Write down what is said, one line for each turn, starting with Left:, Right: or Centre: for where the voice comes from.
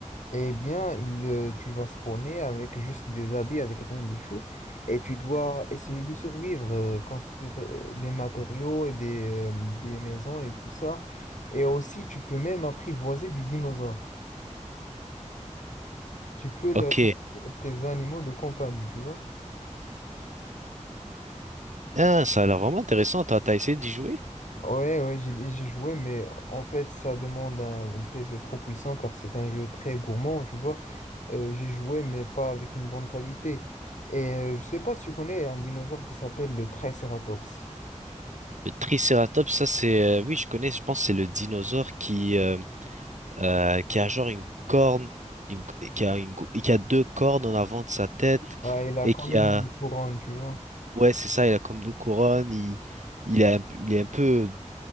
Left: eh bien, il, euh, tu vas spawner avec juste des habits, avec rien du tout. Et tu dois essayer de survivre, euh, construire euh, des matériaux et des, euh, des maisons et tout ça. Et aussi, tu peux même apprivoiser des dinosaures. Tu peux leur
Right: Ok, Et-
Left: rendre tes animaux de compagnie, tu vois.
Right: ah, ça a l'air vraiment intéressant. T'as t'as essayé d'y jouer?
Left: Ouais, ouais, j'ai j'ai joué, mais en fait, ça demande un PC trop puissant car c'est un jeu très gourmand, tu vois. Euh, j'ai joué, mais pas avec une bonne qualité. Et euh, je sais pas si tu connais un dinosaure qui s'appelle le Triceratops.
Right: Le Triceratops, ça c'est, euh, oui, je connais. Je pense que c'est le dinosaure qui euh, euh, qui a genre une corne, une- qui a une, qui a deux cornes en avant de sa tête
Left: Ouais, il a
Right: et
Left: comme
Right: qui
Left: une
Right: a,
Left: couronne, tu vois.
Right: ouais, c'est ça. Il a comme deux couronnes. Il il a un peu- il est un peu